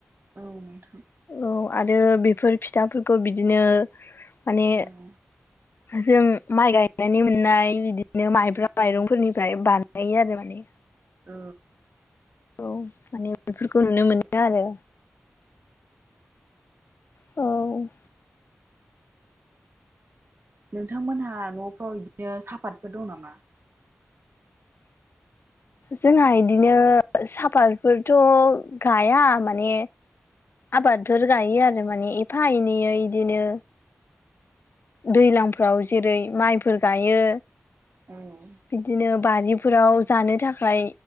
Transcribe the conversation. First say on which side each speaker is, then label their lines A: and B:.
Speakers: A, on the right; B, on the left.
A: औ नोंथां
B: औ आरो बेफोर फिथाफोरखौ बिदिनो माने
A: औ
B: जों माइ गायनानै मोननाय बिदिनो माइब्रा
A: औ
B: माइरंफोरनिफ्राय बानायो आरो माने।
A: औ
B: औ माने बेफोरखौ नुनो मोनो आरो। औ
A: नोंथांमोनहा न'फ्राव बिदिनो सापातफोर दं नामा?
B: जोंहा इदिनो सापातफोरथ' गाया माने आबादफोर गायो आरो माने एफा एनैैयै इदिनो दैलांफ्राव जेरै माइफोर गायो।
A: उम
B: बिदिनो बारिफोराव जानो थाखाय